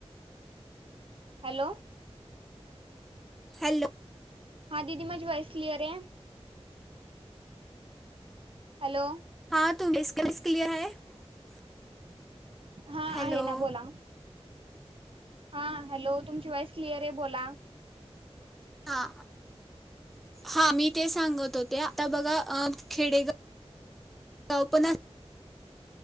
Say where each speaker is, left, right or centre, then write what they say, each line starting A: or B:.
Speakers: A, on the right; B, in the centre.
A: हॅलो.
B: हॅलो.
A: हा दीदी माजी वाॅयस क्लिअरे. हॅलो.
B: <unintelligible>
A: हा
B: हॅलो
A: आहे ना, बोला. हा हॅलो तुमची वॉइस क्लिअर आहे, बोला.
B: हा हा मी ते सांगत होते. आता बघा खेडेगाव पण